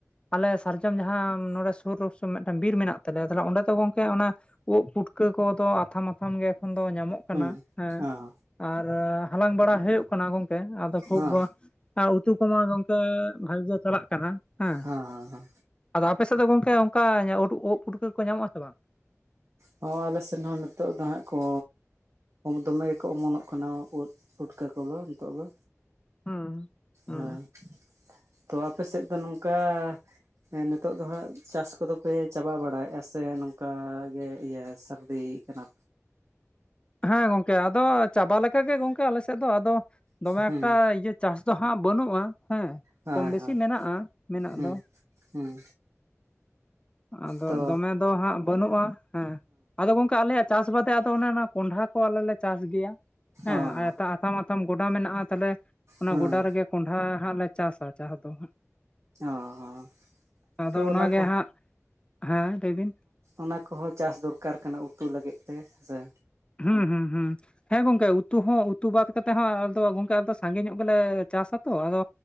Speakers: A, on the left; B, on the right.
A: ᱟᱞᱮ ᱥᱟᱨᱡᱚᱢ ᱡᱟᱦᱟᱸ ᱱᱚᱰᱮ ᱥᱩᱨ <unintelligible> ᱢᱤᱫᱴᱟᱝ ᱵᱤᱨ ᱢᱮᱱᱟᱜ ᱛᱟᱞᱮᱭᱟ ᱛᱟᱦᱚᱞᱮ ᱚᱰᱮ ᱫᱚ ᱜᱚᱝᱠᱮ ᱚᱱᱟ, ᱩᱵ ᱯᱩᱴᱠᱟᱹ ᱠᱚᱫᱚ ᱟᱛᱷᱟᱢ-ᱟᱛᱷᱟᱢ ᱜᱮ, ᱚᱠᱷᱚᱱ ᱫᱚ ᱧᱟᱢᱚᱜ ᱠᱟᱱᱟ
B: ᱦᱩᱸ
A: ᱦᱮᱸ
B: ᱦᱚᱸ
A: ᱟᱨ ᱦᱟᱞᱟᱝ ᱵᱟᱲᱟ ᱦᱩᱭᱩᱜ ᱠᱟᱱᱟ ᱜᱚᱝ ᱟᱫᱚ ᱠᱷᱩᱵ
B: ᱦᱚᱸ
A: ᱩᱛᱩ ᱠᱚᱢᱟ ᱜᱚᱝᱠᱮ ᱵᱷᱟᱜᱮ ᱜᱮ ᱪᱟᱞᱟᱜ ᱠᱟᱱᱟ ᱦᱮᱸ᱾
B: ᱦᱚᱸ
A: ᱟᱫᱚ ᱟᱯᱮ ᱥᱮᱫ ᱫᱚ ᱜᱚᱝᱠᱮ ᱚᱱᱠᱟ ᱳᱫ ᱯᱩᱴᱠᱟᱹ ᱠᱚ ᱧᱟᱢᱚᱜ ᱟᱥᱮ ᱵᱟᱝ?
B: ᱦᱚᱸ ᱟᱞᱮ ᱥᱮᱱ ᱦᱚᱸ ᱱᱤᱛᱚᱜ ᱫᱚ ᱦᱟᱸᱜ ᱠᱚ, ᱫᱚᱢᱮ ᱜᱮᱠᱚ ᱚᱢᱚᱱᱚᱜ ᱠᱟᱱᱟ ᱳᱫ ᱯᱩᱴᱠᱟᱹ ᱠᱚᱫᱚ ᱱᱤᱛᱚᱜ ᱫᱚ᱾
A: ᱦᱩᱸ ᱦᱩᱸ
B: ᱦᱮᱸ ᱛᱚ ᱟᱯᱮ ᱥᱮᱫ ᱫᱚ ᱱᱚᱝᱠᱟ ᱦᱮᱸ ᱱᱤᱛᱚᱜ ᱫᱚ ᱦᱟᱸᱜ ᱪᱟᱥ ᱠᱚᱫᱚᱯᱮ ᱪᱟᱵᱟ ᱵᱟᱲᱟᱭᱮᱫᱼᱟ ᱥᱮ ᱱᱚᱝᱠᱟ ᱜᱮ ᱤᱭᱟᱹ ᱥᱟᱹᱨᱫᱤ ᱭᱮᱜ ᱠᱟᱱᱟ
A: ᱦᱮᱸ ᱜᱚᱝᱠᱮ ᱟᱫᱚ ᱪᱟᱵᱟ ᱞᱮᱠᱟ ᱜᱮ ᱜᱚᱝᱠᱮ ᱟᱞᱮ ᱥᱮᱫ ᱫᱚ, ᱟᱫᱚ ᱫᱚᱢᱮ
B: ᱦᱩᱸ
A: ᱮᱠᱴᱟ, ᱪᱟᱥ ᱫᱚ ᱦᱟᱸᱜ ᱵᱟᱹᱱᱩᱜ-ᱟ ᱦᱮᱸ
B: ᱦᱳᱭ
A: ᱠᱚᱢ ᱵᱮᱥᱤ
B: ᱦᱳᱭ
A: ᱢᱮᱱᱟᱜ-ᱟ ᱢᱮᱱᱟᱜ
B: ᱦᱩᱸ
A: ᱫᱚ᱾
B: ᱦᱩᱸ
A: ᱟᱫᱚ
B: ᱛᱚ
A: ᱫᱚᱢᱮ ᱫᱚ ᱦᱟᱸᱜ ᱵᱟᱹᱱᱩᱜ-ᱟ ᱦᱮᱸ ᱟᱫᱚ ᱜᱚᱝᱠᱮ ᱟᱞᱮᱭᱟᱜ ᱪᱟᱥ ᱵᱟᱫᱮ ᱟᱫᱚ ᱚᱱᱮ ᱚᱱᱟ ᱠᱚᱸᱰᱷᱟ ᱠᱚ ᱟᱞᱮ ᱞᱮ ᱪᱟᱥ ᱜᱮᱭᱟ ᱦᱮᱸ
B: ᱚ ᱦᱚᱸ
A: ᱟᱭᱛᱷᱟ ᱟᱛᱷᱟᱢ ᱟᱛᱷᱟᱢ ᱜᱚᱰᱟ ᱢᱮᱱᱟᱜ-ᱟ ᱛᱟᱦᱚᱞᱮ ᱚᱱᱟ
B: ᱦᱮᱸ
A: ᱜᱚᱰᱟ ᱨᱮᱜᱮ ᱠᱚᱸᱰᱷᱟ ᱦᱟᱸᱜ ᱞᱮ ᱪᱟᱥᱟ ᱪᱟᱥ ᱫᱚ ᱦᱟᱸᱜ
B: ᱚ ᱦᱚᱸ
A: ᱟᱫᱚ
B: ᱛᱚ ᱚᱱᱟ
A: ᱚᱱᱟᱜᱮ
B: ᱠᱚ,
A: ᱦᱟᱸᱜ ᱦᱮᱸ ᱞᱟᱹᱭ ᱵᱤᱱ
B: ᱚᱱᱟ ᱠᱚᱦᱚᱸ ᱪᱟᱥ ᱫᱚᱨᱠᱟᱨ ᱠᱟᱱᱟ ᱩᱛᱩ ᱞᱟᱹᱜᱤᱫ ᱛᱮ ᱦᱮᱸ ᱥᱮ᱾
A: ᱦᱩᱸ ᱦᱩᱸ ᱦᱩᱸ᱾ ᱦᱮᱸ ᱜᱚᱝᱠᱮ ᱩᱛᱩ ᱦᱚᱸ ᱩᱛᱩ ᱵᱟᱫ ᱠᱟᱛᱮᱫ ᱦᱚᱸ ᱟᱫᱚ ᱜᱚᱝᱠᱮ ᱟᱞᱮᱫᱚ ᱥᱟᱸᱜᱮ ᱧᱚᱜ ᱜᱮᱞᱮ ᱪᱟᱥᱟ ᱛᱚ ᱟᱫᱚ,